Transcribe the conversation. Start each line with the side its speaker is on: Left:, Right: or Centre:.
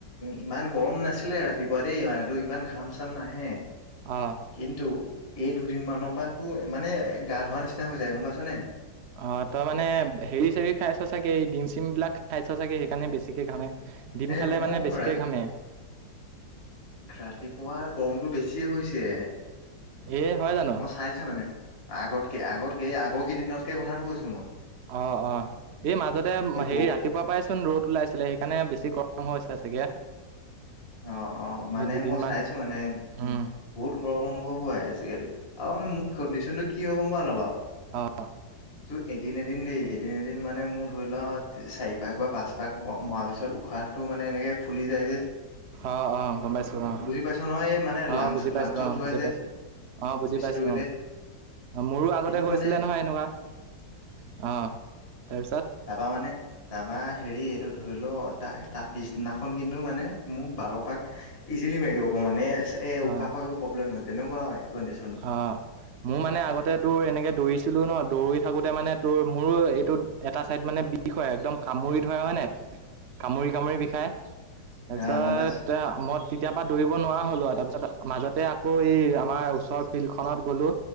Left: ইমান গৰম নাছিলে। ৰাতিপুৱা দেই মানে তোৰ ইমান ঘাম চাম নাহে
Right: অ
Left: কিন্তু এই দুদিন মানৰ পা মানে গা ধোৱা নিচিনা হৈ যায় গম পাইছ নে
Right: অ তই মানে হেৰি চেৰি খাইছ চাগে এই ডিম চিম বিলাক খাইছ চাগে সেইকাৰণে বেছিকে ঘামে। ডিম
Left: এই
Right: খালে
Left: নহয়
Right: মানে বেছিকে
Left: ৰাতি
Right: ঘামে।
Left: ৰাতিপুৱা গৰমটো বেছি হৈছে।
Right: এ হয় জানো
Left: মই চাইছোঁ মানে আগতকে আগতকে আগৰ কেইদিনতকে কথাটো কৈছো মই।
Right: অ' অ' এই মাজতে
Left: এই
Right: হেৰি
Left: বৌ
Right: ৰাতি। ৰাতিপুৱা পাইচোন ৰ'দ ওলাইছিলে, সেইকাৰণে বেছি গৰম হৈছে চাগে।
Left: অ' অ' মানে
Right: এই দুদিনমান
Left: মই চাইছো মানে।
Right: উম,
Left: বহুত গৰম অনুভৱ হয় আজিকালি আৰু মানে মোৰ কণ্ডিশ্যনটো কি হয় গম পাওঁ নাপাওঁ।
Right: অঁ।
Left: কি এদিন এদিন দেই এদিন এদিন মানে মোৰ ধৰি লোৱা চাৰি পাক বা পাঁচ পাক মৰাৰ পিছত উশাহ। টো মানে এনেকে ফুলি যায় যে।
Right: অ' অ' গম পাইছোঁ। অ'
Left: বুজি পাইছ নহয় এই মানে লাংচ
Right: অ' বুজি পাইছোঁ,
Left: লাংচত
Right: অ'
Left: ধৰে
Right: বুজি
Left: যে
Right: পাইছোঁ অ' বুজি
Left: বেছি
Right: পাইছোঁ
Left: দৌৰিলে।
Right: অ'। অ' মোৰো আগতে
Left: কিন্তু
Right: হৈ
Left: মানে
Right: আছিলে নহয় এনেকুৱা, অ' তাৰপিছত।
Left: তাৰপৰা মানে তাৰপৰা হেৰি এইটো ধৰি লওক তাৰ পিছদিনাখন কিন্তু মানে। মোৰ বাৰপাক ইজিলি মাৰি দিব পাৰো মানে। এ' উশাহখৰো
Right: অ'।
Left: একো প্ৰব্লেম নহয়, তেনেকুৱা হয় কণ্ডিশনতো।
Right: হা মোৰ মানে আগতে তোৰ এনেকে দৌৰিছিলো ন, দৌৰি থাকোতে মানে তোৰ মোৰো এইটো এটা চাইড মানে। কি হয় একদম কামুৰি ধৰা হয় নাই।
Left: <unintelligible>
Right: কামুৰি কামুৰি বিষায়, তাৰপিছত
Left: অ', গম পাইছো
Right: মই তেতিয়াৰ পৰা দৌৰিব নোৱাৰা হ'লোঁ আৰু তাৰপিছত। মাজতে আকৌ এই আমাৰ ওচৰৰ ফিল্ড খনত গ'লো।